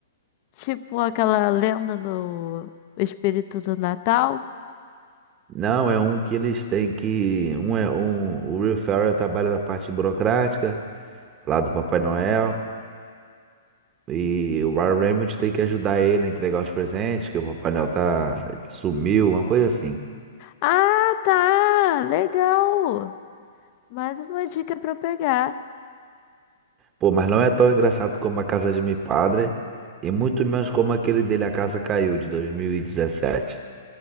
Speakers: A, on the left; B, on the right.
A: Tipo aquela lenda do espírito do Natal.
B: Não, é um que eles têm que. Um é um. O Will Ferrell trabalha na parte burocrática, lá do Papai Noel. E o Ryan Reynolds tem que ajudar ele a entregar os presentes, que o Papai Noel tá sumiu, uma coisa assim.
A: Ah, tá! Legal! Mais uma dica pra eu pegar.
B: Pô, mas não é tão engraçado como A Casa de Mi Padre, e muito menos como aquele dele A Casa Caiu, de 2017.